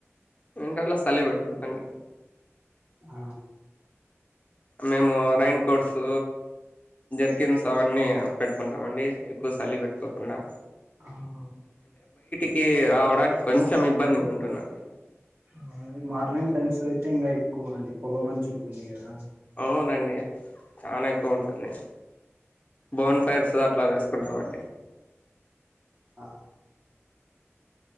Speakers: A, on the left (about 30°); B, on the right (about 50°).
A: వింటర్ లో సలి బెడుతుందండి
B: ఆ
A: మేము రైన్ కోట్స్ జర్కిన్స్ అవన్నీ పెట్టుకుంటామండి ఎక్కువ సలి పెట్టుకోకుండా
B: ఆహా
A: కి ఆవడానికి కొంచెం ఇబ్బందిగుంటుందండి
B: మాది మార్నింగ్ టైమ్స్ లో అయితే ఇంకా ఎక్కువ అండి పొగ మంచు ఉంటుంది కదా
A: అవునండి చానా ఎక్కువ ఉంటుంది బోన్ ఫైర్స్ అట్లా వేసు కుంటామండి
B: ఆ